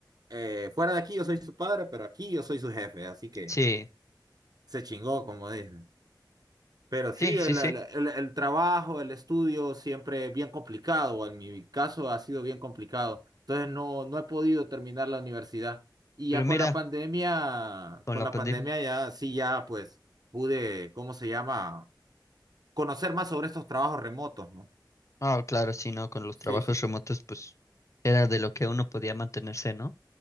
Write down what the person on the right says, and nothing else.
eh, fuera de aquí yo soy su padre, pero aquí yo soy su jefe, así que
se chingó, como dice. Pero sí,
el,
el- el- el trabajo, el estudio siempre es bien complicado. En mi caso ha sido bien complicado. Entonces no, no he podido terminar la universidad. Y
ya
con la pandemia,
con
la
pandemia ya sí, ya pues pude, ¿cómo se llama? Conocer más sobre estos trabajos remotos, ¿no?
Sí,
sí.